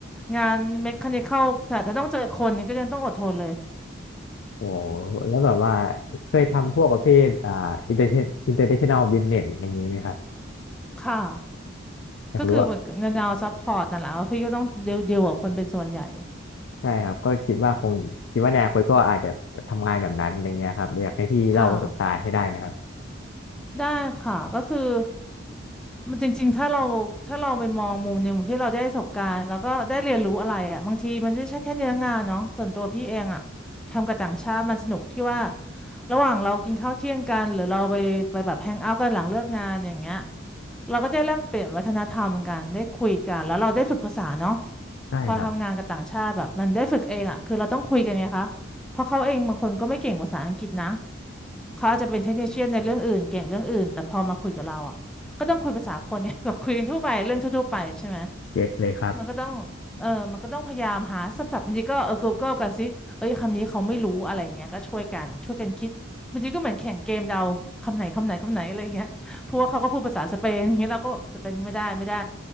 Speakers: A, in the centre; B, on the left.
A: งานเมคานิคอลแต่ถ้าต้องเจอคนก็ยังต้องอดทนเลย
B: โอ้โหแล้วแบบว่าเคยทำพวกประเภทอ่าอินเตอร์อินเตอร์เนชั่นแนลบิสเนสอย่างนี้ไหมครับ
A: ค่ะ
B: อยากรู้ว่า
A: ก็คือเหมือนแนวซัพพอร์ตนั่นแหละว่าพี่ก็ต้องเดียวกับคนเป็นส่วนใหญ่
B: ใช่ครับก็คิดว่าคงคิดว่าในอนาคตก็อาจจะทำงานแบบนั้นอย่างเงี้ยครับอยากให้พี่เล่าประสบการณ์ให้ได้ไหมครับ
A: ค่ะได้ค่ะก็คือมันจริงๆถ้าเราถ้าเราไปมองมุมหนึ่งที่เราได้ประสบการณ์แล้วก็ได้เรียนรู้อะไรอ่ะบางทีมันไม่ใช่แค่เนื้องานเนาะส่วนตัวพี่เองอ่ะทำกับต่างชาติมันสนุกที่ว่าระหว่างเรากินข้าวเที่ยงกันหรือเราไปไปแบบแฮงเอาท์กันหลังเลิกงานอย่างเงี้ยเราก็ได้แลกเปลี่ยนวัฒนธรรมกันได้คุยกันแล้วเราได้ฝึกภาษาเนาะ
B: ใช่ครับ
A: พอทำงานกับต่างชาติแบบมันได้ฝึกเองอ่ะคือเราต้องคุยกันไงคะเพราะเขาเองบางคนก็ไม่เก่งภาษาอังกฤษนะเขาอาจจะเป็นเทคนิคเชียนในเรื่องอื่นเก่งเรื่องอื่นแต่พอมาคุยกับเราอ่ะก็ต้องคุยภาษาคนไง <laughs> แบบคุยกันทั่วไปเรื่องทั่วๆไปใช่ไหม
B: เก็ตเลยครับ
A: มันก็ต้องเออมันก็ต้องพยายามหาศัพท์บางทีก็เออ Google กันสิเอ้ยคำนี้เขาไม่รู้อะไรอย่างเงี้ยก็ช่วยกันช่วยกันคิดบางทีก็เหมือนแข่งเกมเดาคำไหนคำไหนคำไหนอะไรอย่างเงี้ยเพราะว่าเขาก็พูดภาษาสเปนอย่างเงี้ยเราก็สเปนไม่ได้ไม่ได้